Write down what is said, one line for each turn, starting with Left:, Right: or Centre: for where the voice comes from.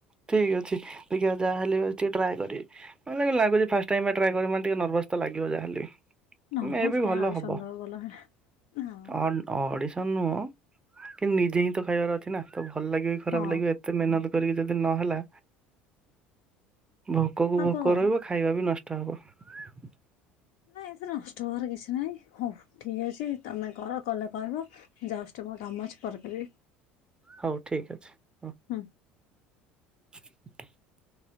Right: ଠିକ ଅଛି ଦେଖିବା ଯାହେଲେ ହଉଛି ଟ୍ରାଏ କରିବି। ମାନେ ଲାଗୁଛି ଫାଷ୍ଟ ଟାଇମ୍ ପାଇଁ ଟ୍ରାଏ କରିବ ମାନେ ଟିକେ ନର୍ଭସ ତ ଲାଗିବ ଯାହାହେଲେ ବି
Left: ନର୍ଭସ
Right: ମେଁ ବି
Left: କାଇଁ
Right: ଭଲ
Left: ଅଡିସନ
Right: ହବ
Left: ଦବାକୁ ଗଲାବେଳେ ହଁ
Right: ଅନ୍ ଅଡିଶନ ନୁହଁ। କିନ୍ତୁ ନିଜେ ହିଁ ତ ଖାଇବାର ଅଛି ନା କେବଳ ଭଲ ଲାଗିବ କି ଖରାପ
Left: ହଁ
Right: ଲାଗିବ ଏତେ ମନ ଦୁଃ ପେଲି ଯଦି ନହେଲା ଭୋକ କୁ
Left: ହବ
Right: ଭୋକ
Left: ହବ।
Right: ରହିବ ଖାଇବା ବି ନଷ୍ଟ୍ <unintelligible>
Left: ନାଇଁ ଏଥିରେ ନଷ୍ଟ ହବାର କିଛି ନାହିଁ ହଉ ଠିକ ଅଛି ତମେ କର କଲେ କହିବ ମୁ ଯାଉଚ୍ ଟିକେ ମୋର କାମ ଅଛି ପରେ କରିବି।
Right: ହଉ ଠିକ୍ ଅଛି ହଉ।
Left: ହୁଁ।
Right: <inaudible>